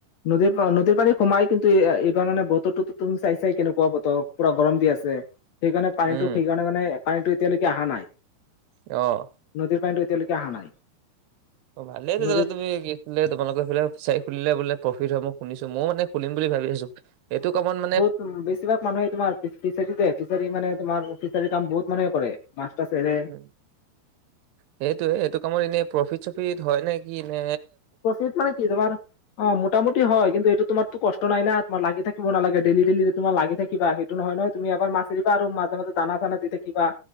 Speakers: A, on the left; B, on the right.
A: নদীৰপা, নদীৰ পানী সোমাই কিন্তু এইবাৰ মানে বতৰটোতো তুমি চাইচাই কেনেকুৱা বতৰ, পুৰা গৰম দি আছে। সেইকাৰণে পানীটো,
B: উম,
A: সেইকাৰণে মানে পানীটো এতিয়ালৈকে আহা নাই।
B: অ'।
A: নদীৰ পানীটো এতিয়ালৈকে আহা নাই।
B: অ' ভালেই হৈছে
A: নদীৰ
B: তেতিয়'লে তুমি, কি আছিলে তোমালোকৰ সেইফালে ফিচাৰী খুলিলে বোলে প্ৰফিট হয় মই শুনিছোঁ। মই মানে খুলিম বুলি ভাবি আছোঁ। এইটো কামত মানে
A: উম, বেছিভাগ মানুহে তোমাৰ ফিচাৰী ফিচাৰী মানে তোমাৰ ফিচাৰী কাম বহুত মানুহে কৰে। মাছ টাছ এৰে।
B: উম সেইটোয়ে, এইটো কামত এনে প্ৰফিট চফিট হয় নে কি এনে
A: প্ৰফিট মানে কি তোমাৰ অ' মোটামুটি হয় কিন্তু এইটো তোমাৰতো কষ্ট নাই না, তোমাৰ লাগি থাকিব নালাগে, ডেইলি ডেইলি যে তোমাৰ লাগি থাকিবা সেই নহয় নহয়, তুমি এবাৰ মাছ এৰিবা আৰু মাজে মাজে দানা চানা দি থাকিবা,